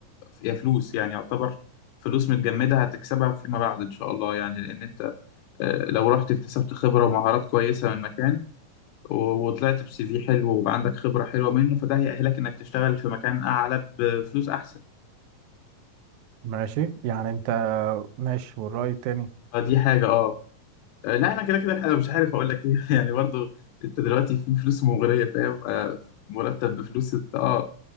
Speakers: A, on the left (about 80°); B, on the right (about 80°).
A: يا فلوس يعني يعتبر فلوس متجمدة هتكسبها فيما بعد إن شاء الله يعني لأن أنت آه، لو رحت اكتسبت خبرة ومهارات كويسة من مكان و- وطلعت بسي في حلو وعندك خبرة حلوة منه فده هيأهلك إنك تشتغل في مكان أعلى بفلوس أحسن
B: ماشي يعني أنت ماشي والرأي التاني
A: فدي حاجة أه آه، لا أنا كده كده الحقيقة مش عارف أقول لك إيه <laughs> يعني برضو أنت دلوقتي في فلوس مغرية فاهم آه، مرتب بفلوس أنت أه